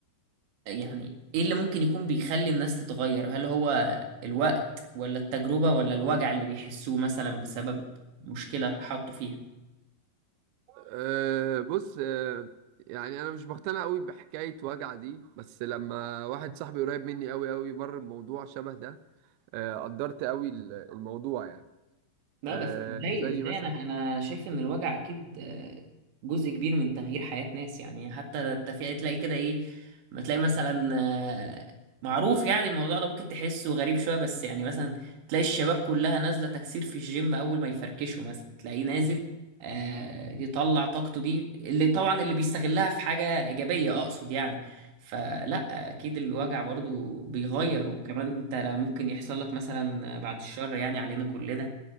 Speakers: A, on the right; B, on the right.
A: يعني ايه اللي ممكن يكون بيخلي الناس تتغير هل هو الوقت ولا التجربه ولا الوجع اللي بيحسوه مثلا بسبب مشكله حطوا فيها
B: أه بص أه يعني انا مش بقتنع قوي بحكايه وجع دي بس لما واحد صاحبي قريب مني قوي قوي مر بموضوع شبه ده أه قدرت قوي ال- الموضوع يعني
A: لا
B: أه
A: بس ازاي
B: زي
A: ازاي
B: مثلا
A: انا انا شايف ان الوجع اكيد آه، جزء كبير من تغيير حياة ناس يعني حتى التفريق تلاقي كده ايه ما تلاقي مثلا آه، معروف يعني الموضوع ده ممكن تحسه غريب شوية بس يعني مثلا تلاقي الشباب كلها نازلة تكسير في الجيم اول ما يفركشوا مثلا تلاقيه نازل آه، يطلع طاقته دي اللي طبعا اللي بيستغلها في حاجة إيجابية أقصد يعني فلا أكيد الوجع برضو بيغير وكمان أنت لا ممكن يحصل لك مثلا بعد الشر يعني علينا كلنا